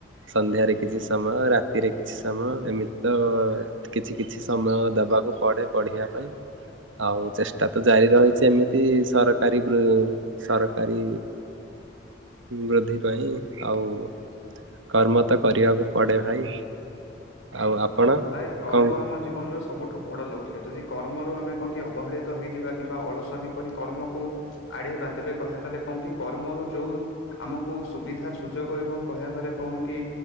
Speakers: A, on the right; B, on the left.
A: ସନ୍ଧ୍ୟାରେ କିଛି ସମୟ ରାତିରେ କିଛି ସମୟ ଏମିତି ତ କିଛି କିଛି ସମୟ ଦେବାକୁ ପଡେ ପଢିବା ପାଇଁ ଆଉ ଚେଷ୍ଟା ତ ଜାରି ରହିଛି ଏମି ନିମତି ସରକାରୀ ସରକାରୀ ବୃଦ୍ଧି ପାଇଁ ଆଉ। କର୍ମ ତ କରିବାକୁ ପଡେ ଭାଇ ଆଉ ଆପଣ?
B: ଭାଇ କର୍ମ
A: କଣ
B: ଆମ ଜୀବନର ସବୁଠୁ ବଡ ଲକ୍ଷ୍ୟ ଯଦି କର୍ମରୁ ଆମେ କଣ କି ଅବହେଳିତ ହେଇଯିବା‌। କିମ୍ବା ଅଳସୁଆମୀ କରି କର୍ମକୁ ଆଡେଇବା ତେବେ କହିଆକୁ ଗଲେ କଣ କି କର୍ମରୁ ଯୋଉ। ଆମକୁ ସୁବିଧା ସୁଯୋଗ ଏବଂ କହିଆକୁ ଗଲେ କଣ କି।